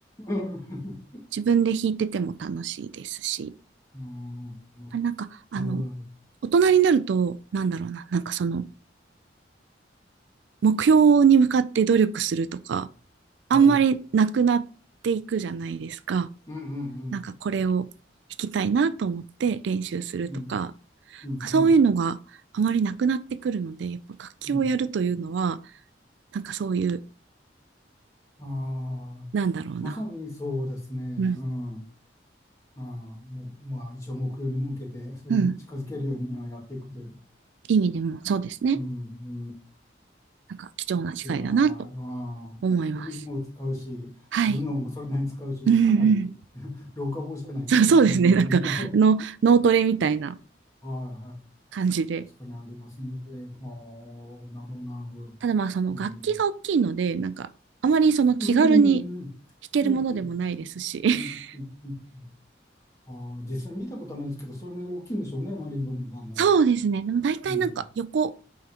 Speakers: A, on the left (about 20°); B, on the right (about 75°).
A: うん、<laughs>
B: 自分で弾いてても楽しいですし、
A: うんうん
B: あなんか、あの、
A: なるほど。
B: 大人になると、なんだろうな、なんかその、目標に向かって努力するとか、あんまりなくなっていくじゃないですか。
A: はい。うん、うん、
B: なんかこれを弾きたいなと思って練習するとか、
A: うん、うん、うん、
B: そういうのがあまりなくなってくるので、やっぱ楽器をやるというのは、
A: うん。
B: なんかそういう、
A: ああ、
B: なんだろうな。
A: まさにそうですね。うん。
B: うん。
A: ああ、もう、まあ、一応目標に向けて、それに近づけるようにうんやっていくという。
B: うん。意味でもそうですね。
A: うん、うん。
B: なんか貴重な機会だなと
A: さっきは、うん、
B: 思います。
A: 指も使うし、
B: はい。
A: 頭脳もそれなりに使うし、
B: うんうん。
A: かなり <laughs> 老化防止じゃないけど、
B: そうそうですね。
A: うん、
B: なんか、
A: <laughs> ね。はい
B: あの、脳トレみたいな
A: はい。
B: 感じで
A: 確かにありますね。はあ、なるほど、なるほど。
B: ただまあその楽器が大きいので、
A: うん。
B: なんかあまりその気軽に
A: うん、うん、
B: 弾けるものでもないですし。
A: うん、うん、
B: <laughs>
A: うん、うん、うん。うんうんあー実際見たことはないですけど、それね大きいんでしょうね、マリンバも。
B: そうですね。でも大体なんか横
A: うん、